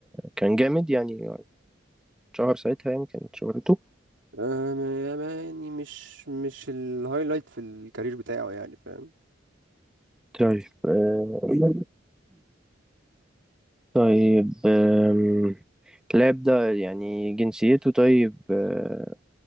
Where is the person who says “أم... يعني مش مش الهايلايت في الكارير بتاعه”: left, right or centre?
Right